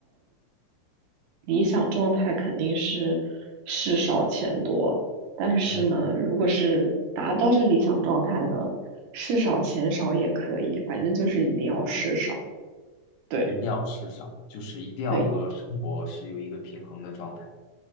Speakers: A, on the right; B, on the left.
A: 理想状态肯定是事少钱多，但是呢，
B: 嗯，
A: 如果是达不到这理想状态呢，事少钱少也可以，反正就是一定要事少。对，
B: 一定要吃上，就是一定要和生活是有一个平衡的状态。
A: 对。